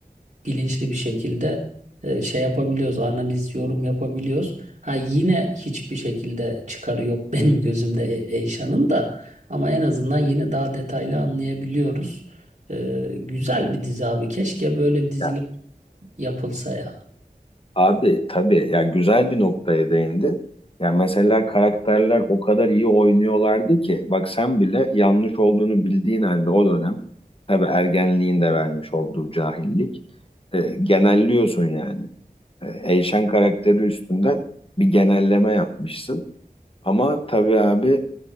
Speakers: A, on the right; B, on the left.
A: e, bilinçli bir şekilde e, şey yapabiliyoruz. Analiz, yorum yapabiliyoruz. Ha yine hiçbir şekilde çıkarı yok <laughs> benim gözümde E- Eyşan'ın da. Ama en azından yine daha detaylı anlayabiliyoruz. Ee, güzel bir dizi abi. Keşke böyle bir dizilik
B: Ya
A: yapılsa ya.
B: abi tabii ya güzel bir noktaya değindin. Ya mesela karakterler o kadar iyi oynuyorlardı ki bak sen bile yanlış olduğunu bildiğin halde o dönem tabii ergenliğin de vermiş olduğu cahillik e, genelliyorsun yani. E, Eyşen karakteri üstünden bir genelleme yapmışsın. Ama tabii abi